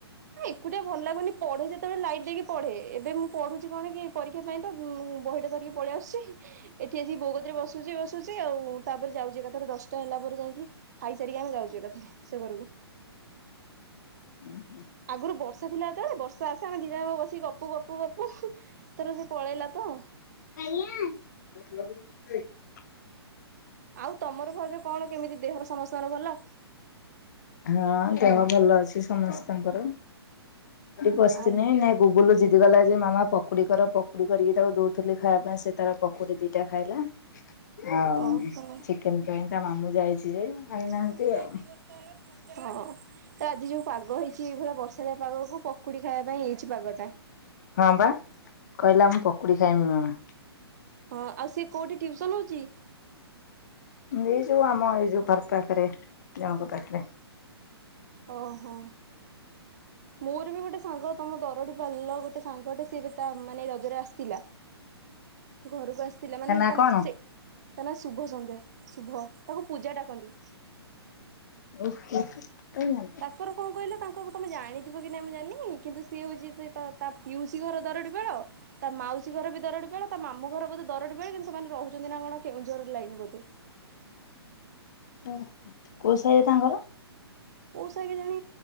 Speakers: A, on the right (about 40°); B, on the left (about 40°).
A: ଏକୁଟା ଭଲ ଲାଗୁନି ପଢେ ଯେତେବେଳେ ଲାଇଟ ଦେଇକି ପଢେ ଏବେ ମୁଁ ପଢୁଛି କଣ କି ପରୀକ୍ଷା ପାଇଁ ତ ବହିଟା ଧରିକି ପଳେଇ ଆସୁଛି ଏଠି ଆସିକି ବୌଗତରେ ବସଛି ବସୁଛି ଆଉ ତାପରେ ଯାଉଛି ଏକାଥାରେ ଦଶଟା ହେଲା ପରେ ଯାଇକି ଖାଇସାରିକି ଆମେ ଯାଉଛେ କଥାରେ ସେ ଘରକୁ
B: ହୁଁ ହୁଁ
A: ଆଗରୁ ବର୍ଷା ଥିଲା ତେଳେ ବର୍ଷା ବସିକ ଗପୁ ଗପୁ ଗପୁ ଥର ସେ ପଳେଇଲା ତ
B: <unintelligible>
A: ଆଉ ତମର ଭାଉଜ କଣ କେମିତି ଦେହ ସମସ୍ତଙ୍କର ଭଲ
B: ହଁ ଦେହ ଭଲ ଅଛି ସମସ୍ତଙ୍କର ବସିଥିନି
A: ଆଉ
B: ନ ଗୁଗୁଲୁ ଜିତିିଗଲା ଯେ ମାମା ପ ପକୁଡିିକର ପକୁଡି କରିକି ତାକୁ ଦଉଥିଲି ଖାଇବା ପାଇଁ ସେ ତାର ପକୁଡି ଦିଟା ଖାଇଲା ଆଉ
A: ଓହୋ।
B: ଚିକେନ ପାଇଁ ତା ମାମୁଁ ଯାଇଛି ଯେ ଆଣିନାହାନ୍ତି
A: ପୁଣି ହଁ
B: ଆଉ।
A: ତ ଆଜି ଯୋଉ ପାଗ ହେଇଛି କିଛି ଏଇଭଳିଆ ବର୍ଷାଳିଆ ପାଗକୁ ପକୁଡି ଖାଇବା ପାଇଁ ହେଇଛି ପାଗଟା
B: ହଁ ବା କହିଲା ମୁଁ ପକୁଡି ଖାଇମି ମାମା
A: ହଁ ଆଉ ସିଏ କୋଉଠି ଟୁସନ ହଉଛି?
B: ଏଇ ଯୋଉ ଆମ ଏଇ ଯୋଉ ଘର ପାଖରେ ଜଣଙ୍କ ପାଖରେ
A: ଓହୋ ମୋର ବି ଗୋଟେ ସାଙ୍ଗ ତମ ଦରଡି ପାଲ ଗୋଟେ ସାଙ୍ଗଟେ ସି ଏବେ ତା ମାନେ ରଜରେ ଆସିଥିଲା ଘରକୁ ଆସିଥିଲା ମାନେ
B: ତା ନା
A: ମ୍ ତାମ
B: କଣ?
A: ସେ ତା ନାଁ ଶୁଭ ସନ୍ଧ୍ୟା ଶୁଭ ତାକୁ ପୂଜା ଡ଼ାକନ୍ତି।
B: ଓହ ତ <unintelligible>
A: ତାଙ୍କର କଣ କହିଲ ତାଙ୍କକୁ ତମେ ଜାଣିଥିବ କି ନାଇଁ ମୁଁ ଜାନି କିନ୍ତୁ ସିଏ ହଉଛି ସି ତ ତା ପିଉସୀ ଘର ଦରଡି ବେଳ ତା ମାଉସୀ ଘର ବି ଦରଡି ବେଳ ତା ମାମୁଁ ଘର ବୋଧେ ଦରଟି ବେ କିନ୍ତୁ ସେମାନେ ରହୁଛନ୍ତି ନା କଣ କେଉଁଝର ଲାଇନ୍ ବୋଧେ।
B: ଓ କୋଉ ସାଇରେ ତାଙ୍କର?
A: କୋଉ ସାହି କେଜାଣି